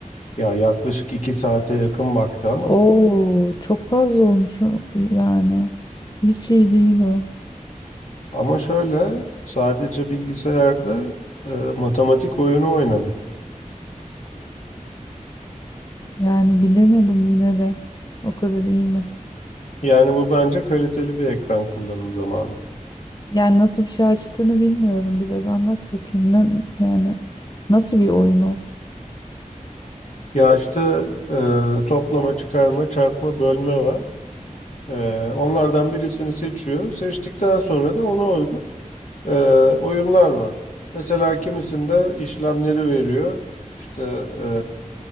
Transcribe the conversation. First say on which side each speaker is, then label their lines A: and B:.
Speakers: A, on the left; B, on the left.
A: Ya yaklaşık iki saate yakın baktı ama.
B: Oo çok fazla olmuş o- yani. Hiç iyi değil o.
A: Ama şöyle sadece bilgisayarda e, matematik oyunu oynadı.
B: Yani bilemedim yine de. O kadar iyi mi?
A: Yani bu bence kaliteli bir ekran kullanım zamanı.
B: Yani nasıl bir şey açtığını bilmiyorum. Biraz anlat bakayım. Ne, yani nasıl bir oyunu?
A: Ya işte e, toplama, çıkarma, çarpma, bölme var. E, onlardan birisini seçiyor. Seçtikten sonra da ona uygun e, oyunlar var. Mesela kimisinde işlemleri veriyor. İşte e,